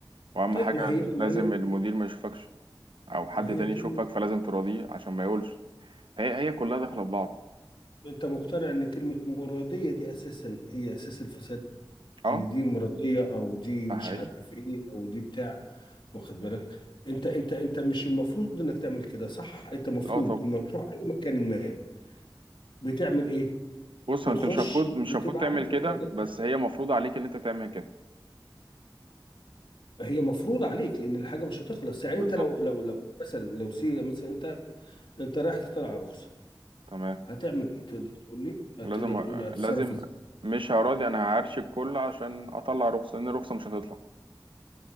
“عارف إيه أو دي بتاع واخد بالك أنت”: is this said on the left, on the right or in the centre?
Left